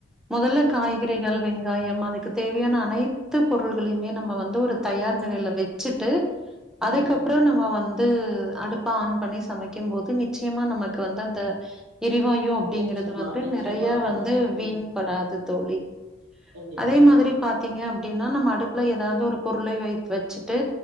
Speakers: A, in the centre; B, on the right.
A: மொதல்ல காய்கறிகள் வெங்காயம் அதுக்கு தேவயான அனைத்து பொருள்களைமே நம்ம வந்து ஒரு தயார் நிலைல வச் சிட்டு அதுக்கப்றோ
B: ம்
A: நம்ம வந் து அடுப்ப ஆன் பண்ணி சமைக்கும் போது நிச்சயமா நமக்கு வந்து அந்த எரிவாயு அப்டிங்கறது
B: நிச்சயமா
A: வந்து
B: நிச்சயமா
A: நறைய
B: தோழி
A: வந்து
B: ம்
A: வீண் படாது தோழி
B: கண்டிப்பாங்க
A: அதே மாதிரி பாத் தீங்க அப்டின்னா நம்ம அடுப்புல எதாவது ஒரு பொருளை வை வச்சுட்டு